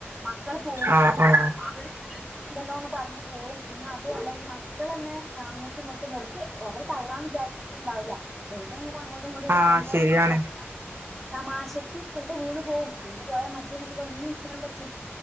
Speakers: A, in the centre; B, on the right.
A: മക്കൾ പോവും
B: ആഹ് ആഹ്
A: അവര് ഉണ്ടല്ലോന്ന് പറഞ്ഞ് പോവും പിന്നെ അതുമല്ല ഈ മ മക്കള എന്നെ അങ്ങോട്ടും ഇങ്ങോട്ടും വെർതെ അവർ തള്ളാൻ വിചാരിച്ചിട്ടുണ്ടാവില്ല വെർതെ ഇങ്ങട്ട് അങ്ങോട്ടും <unintelligible>
B: ആഹ്
A: താവുമ്പോ
B: ശരിയാണ്
A: അവ തമാശക്ക് ച്ചെൽപ്പം വീണ് പോവും വീണ് പോയാൽ മറ്റു കുട്ടികൾ ഒന്നും <unintelligible> പറ്റില്ല